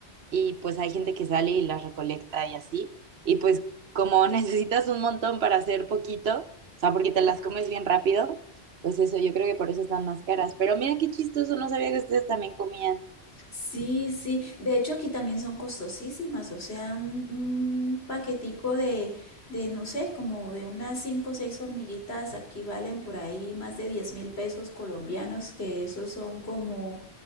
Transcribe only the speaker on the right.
y pues hay gente que sale y las recolecta y así y pues como <laughs> necesitas un montón para hacer poquito, o sea, porque te las comes bien rápido, pues eso yo creo que por eso están más caras, pero mira qué chistoso, no sabía que ustedes también comían.